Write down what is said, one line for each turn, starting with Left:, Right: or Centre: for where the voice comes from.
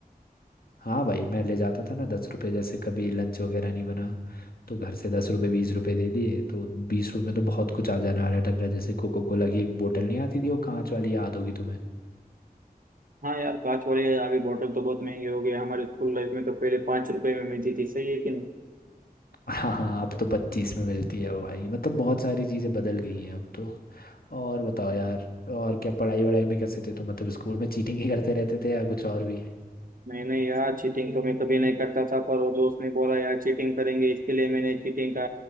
Left: हाँ भाई मैं ले जाता था ना दस रुपये जैसे कभी लंच वगैरह नहीं बना तो घर से दस रुपये बीस रुपये दे दिए तो बीस रुपये में तो बहुत कुछ आ जाने वाला था जैसे कोको कोला की एक बोतल नहीं आती थी वो कांच वाली याद होगी तुम्हें
Right: हाँ यार कांच वाले अभी बॉटल तो बहुत महंगे हो गए हमारे स्कूल लाइफ में तो पहले पाँच रुपए में मिलती थी सही है कि नहीं
Left: <laughs> हाँ हाँ अब तो पच्चीस में मिलती है वो भाई मतलब बहुत सारी चीज़ें बदल गई हैं अब तो और बताओ यार और क्या पढ़ाई वढ़ाई में कैसे थे तुम मतलब स्कूल में चीटिंग ही करते रहते थे या कुछ और भी
Right: नहीं नहीं यार चीटिंग तो मैं कभी नहीं करता था पर वो दोस्त ने बोला यार चीटिंग करेंगे इसके लिए मैंने चीटिंग का